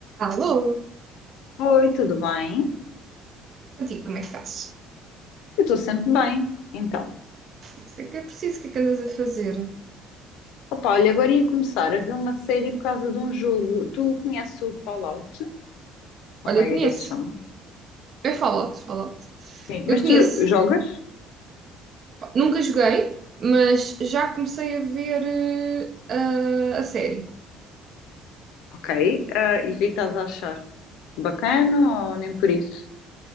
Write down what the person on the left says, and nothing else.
Oi, tudo bem?
Eu estou sempre bem. Então,
opa, olha, agora ia começar a ver uma série por causa de um jogo. Tu conheces o Fallout? Ou
como
é que
é que ele se chama?
Sim,
mas
tu jogas?
Ok. Ah, e o que é que estás a achar? Bacana ou nem por isso?